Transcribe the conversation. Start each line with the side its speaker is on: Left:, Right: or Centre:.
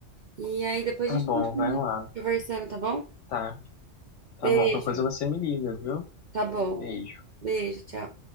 Right: E aí depois
Left: Tá
Right: a gente
Left: bom,
Right: continua
Left: vai lá.
Right: conversando, tá bom?
Left: Tá, tá
Right: Beijo.
Left: bom. Qualquer coisa você me liga, viu?
Right: Tá bom.
Left: Beijo.
Right: Beijo, tchau.